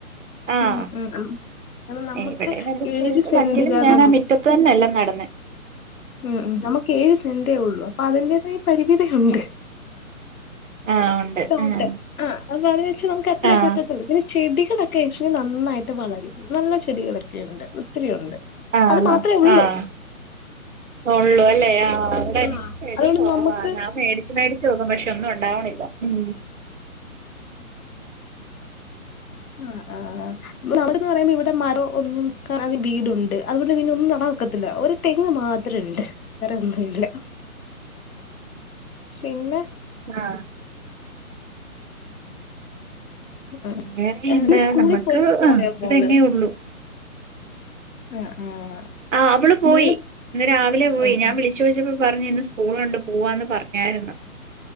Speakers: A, on the right; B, on the left.
A: ആഹ്
B: ഉം ഉം ഉം ക നമുക്ക്
A: ഇവിടെ വലിയ സ്പേസ്
B: ഏഴ്
A: ഇല്ല
B: സെന്റിലാ
A: എങ്കിലും ഞാൻ
B: ന
A: ആ മിറ്റത്ത് തന്നെയല്ല നടന്നെ
B: ഉം ഉം നമുക്ക് ഏഴ് സെന്റേ ഉള്ളു അപ്പൊ അതിന്റതായ പരിമിതിയുണ്ട്
A: ആഹ് ഉണ്ട്
B: തോട്ടൽ
A: ആഹ്
B: ആഹ് അപ്പൊ അത് വെച്ച നമുക്ക് അത്രേ
A: ആഹ്
B: പറ്റത്തുള്ളൂ പിന്നെ ചെടികളൊക്കെ കഷ്മി നന്നായിട്ട് വളരും നല്ല ചെടികളൊക്കെ ഉണ്ട് ഒത്തിരി ഉണ്ട്
A: ആഹ്
B: അത് മാത്ര ഉള്ളൂ
A: ആഹ് ഉള്ളൂ അല്ലേ ആ അവിടെ
B: ആഹ്
A: എനിക്ക് ചെടി
B: അതുകൊണ്ട്
A: കൊറവാ
B: നമ്മക്ക്
A: ഞാൻ മേടി മേടിച്ച് നോക്കും പക്ഷെ ഒന്നും ഉണ്ടാവണില്ല ഉം
B: ആഹ് ആഹ് ആഹ് ന്ന് പറയുമ്പോ ഇവിടെ മരം ഒന്നും വീടുണ്ട് അതുകൊണ്ട് പിന്നെ ഒന്നും നട വെക്കത്തില്ല ഒരു തെങ്ങ് മാത്രം ഉണ്ട് വേറെ ഒന്നുമില്ല പിന്നെ
A: ആഹ്
B: ആഹ്
A: വേറെ
B: ഇന്ന്
A: എന്താ
B: സ്കൂളിൽ
A: നമ്മക്ക്
B: പോയി പോയോ
A: ആഹ് ഒരു
B: മോള്
A: തെങ്ങേ ഉള്ളൂ
B: ആഹ് ആഹ്
A: ആഹ് അവള് പോയി
B: മോള്
A: ഇന്ന് രാവിലെ പോയി
B: ആഹ്
A: ഞാൻ വിളിച്ച ചോയ്ച്ചപ്പോ പറഞ്ഞു ഇന്ന് സ്കൂളുണ്ട് പോവാന്ന് പറഞ്ഞായിരുന്നു